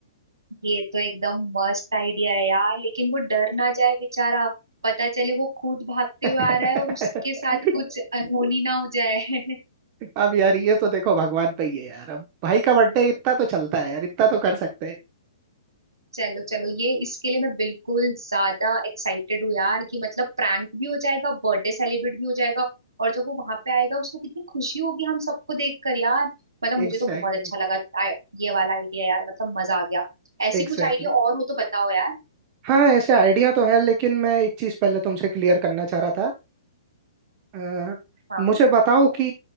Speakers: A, on the right; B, on the right.
A: ये तो एकदम मस्त आइडिया है यार लेकिन वो डर ना जाए बेचारा पता चले वो खुद भागते
B: <laughs>
A: हुए आ रहा है और उसके साथ कुछ अनहोनी ना हो जाए <laughs>
B: अब यार ये तो देखो भगवान पे ही है यार अब भाई का बर्थडे इतना तो चलता है यार इतना तो कर सकते हैं
A: चलो चलो ये इसके लिए मैं बिल्कुल ज्यादा एक्साइटेड हूँ यार कि मतलब प्रैंक भी हो जाएगा बर्थडे सेलिब्रेट भी हो जाएगा और जब वो वहां पे आएगा उसको कितनी खुशी होगी हम सबको देखकर यार मतलब मुझे
B: Exactly
A: तो बहुत अच्छा लगा आ- ये वाला आइडिया यार मतलब मजा आ गया ऐसी
B: exactly
A: कुछ आइडिया और हो तो बताओ यार
B: हाँ ऐसे आइडिया तो है लेकिन मैं एक चीज पहले तुमसे क्लियर करना चाह रहा था अ,
A: हाँ
B: मुझे बताओ कि